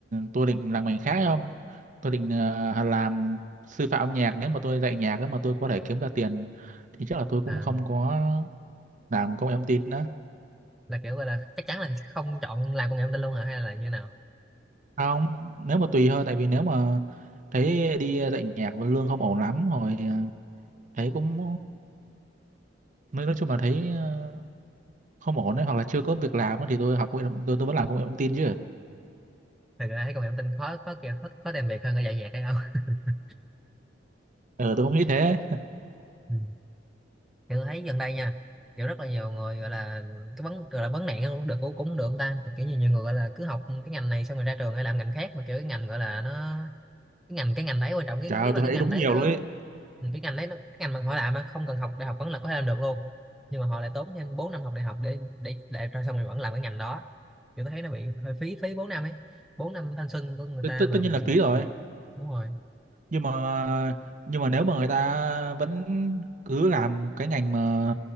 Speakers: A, on the right (about 45°); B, in the centre.
A: tôi định làm ngành khác không? Tôi định ờ, làm sư phạm âm nhạc, nếu mà tôi dạy nhạc á mà tôi có thể kiếm ra tiền thì chắc là tôi cũng
B: À,
A: không có làm công nghệ thông tin nữa.
B: là kiểu gọi là chắc chắn là không chọn làm công nghệ thông tin luôn hả hay là như nào?
A: Không, nếu mà tùy thôi, tại vì nếu mà thấy đi dạy nhạc mà lương không ổn lắm rồi ờ, thấy cũng nói nói chung là thấy ờ, không ổn đấy hoặc là chưa có việc làm á thì tôi học công nghệ thông- tôi tôi vẫn làm công nghệ thông tin chứ.
B: Thật ra thấy công nghệ thông tin khó khó kìa, khó, khó tìm việc hơn cả dạy nhạc hay không? <laughs>
A: Ờ tôi không nghĩ thế.
B: Ừ. Kiểu thấy gần đây nha, kiểu rất là nhiều người gọi là cái vấn gọi là vấn nạn cũng được cũng cũng được ông ta, kiểu như nhiều người gọi là cứ học cái ngành này xong rồi ra trường hay làm ngành khác mà kiểu cái ngành gọi là nó cái ngành cái ngành đấy quan trọng cái
A: Trời
B: nếu
A: ơi,
B: mà
A: tôi
B: cái
A: thấy
B: ngành
A: đúng
B: đấy
A: nhiều
B: nó
A: luôn ấy.
B: Ừ, cái ngành đấy nó, cái ngành mà họ làm mà không cần học đại học vẫn là có thể làm được luôn nhưng mà họ lại tốn thêm 4 năm học đại học để để để rồi xong rồi vẫn làm cái ngành đó kiểu tôi thấy nó bị hơi phí phí 4 năm ấy 4 năm thanh xuân của người
A: tất
B: ta
A: tất-
B: mà
A: tất
B: ừ,
A: nhiên là phí rồi
B: đúng rồi
A: nhưng mà nhưng mà nếu mà người ta vẫn cứ làm cái ngành mà